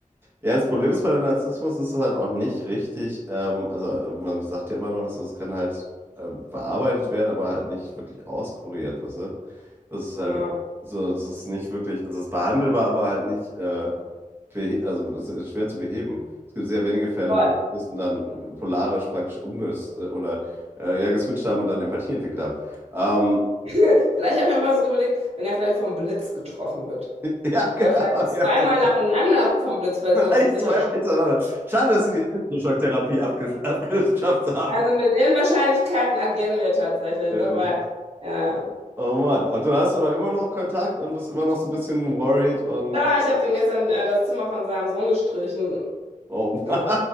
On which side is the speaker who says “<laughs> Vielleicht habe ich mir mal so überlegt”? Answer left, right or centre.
Right